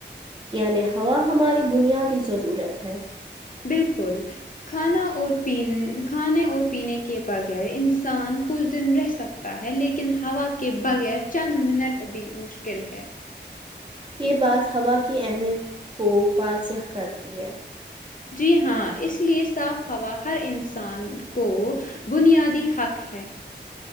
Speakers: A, on the right (about 25°); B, on the left (about 45°).
A: یعنی ہوا ہماری بنیادی ضرورت ہے
B: بالکل کھانا اور پ کھانے اور پینے کے بغیر انسان کچھ دن رہ سکتا ہے لیکن ہوا کے بغیر چند منٹ بھی مشکل ہے
A: یہ بات ہوا کی اہمیت کو واضح کرتی ہے
B: جی ہاں اس لیے صاف ہوا ہر انسان کو بنیادی حق ہے